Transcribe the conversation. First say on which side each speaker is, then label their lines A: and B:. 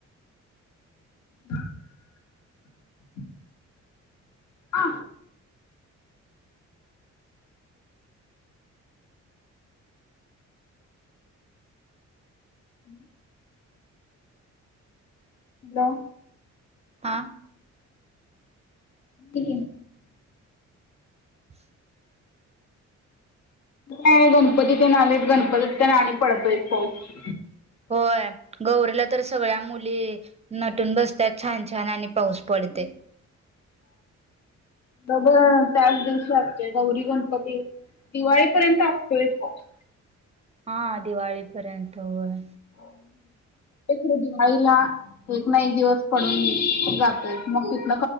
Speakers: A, on the left (about 65°); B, on the right (about 20°).
A: <inaudible> हा. <inaudible> हॅलो!
B: हा.
A: <inaudible>
B: <inaudible>
A: नाही गणपती ते नालेच गणपतीत ना आणि पडतोयच पाऊस.
B: होय गौरीला तर सगळ्या मुली नटून बसतात छान छान आणि पाऊस पडतय
A: बघ त्याच दिवशी असतय गौरी गणपती दिवाळीपर्यंत असतोयच पाऊस
B: हा दिवाळी पर्यंत होय.
A: <inaudible> ते खर दिवाळीला एक ना एक दिवस पडून जातोय मग तिथन